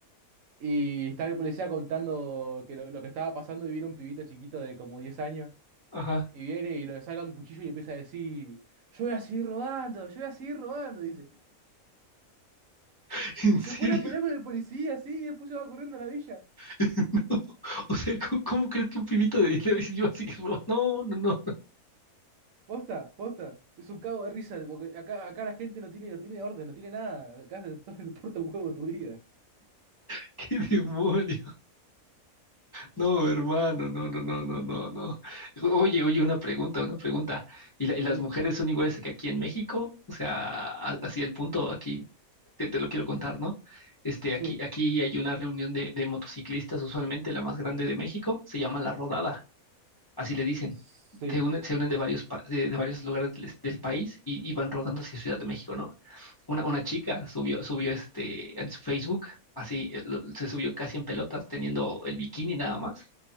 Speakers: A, on the right; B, on the left.
A: Y estaba el policía contando que lo, lo que estaba pasando y viene un pibito chiquito de como 10 años.
B: Ajá,
A: Y viene y le saca un cuchillo y le empieza a decir, yo voy a seguir robando, yo voy a seguir robando, dice.
B: <laughs> ¿en
A: Y
B: serio?
A: se pone a pelear con el policía así y después se va corriendo a la villa.
B: <laughs> O sea, ¿cómo, cómo crees que un pibito de 10 le va a decir yo así que no, no, no,
A: Posta, posta. Es un cago de risa, porque acá, acá la gente no tiene, no tiene orden, no tiene nada. Acá se todo el puerto <laughs> huevo tu vida.
B: <laughs> qué demonio? No, hermano, no, no, no, no, no, no. Oye, oye, una pregunta, una pregunta. ¿Y, la- y
A: Sí.
B: las mujeres son iguales que aquí en México? O sea, a- así el punto aquí te, te lo quiero contar, ¿no? Este,
A: Sí,
B: aquí, aquí hay una reunión de, de motociclistas, usualmente la más grande de México, se llama La Rodada, así le dicen.
A: sí.
B: Se unen, se unen de varios, pa- de, de varios lugares del, del país y, y van rodando hacia Ciudad de México, ¿no? una, una chica subió, subió este en su Facebook, así eh, lo- se subió casi en pelotas, teniendo el bikini nada más,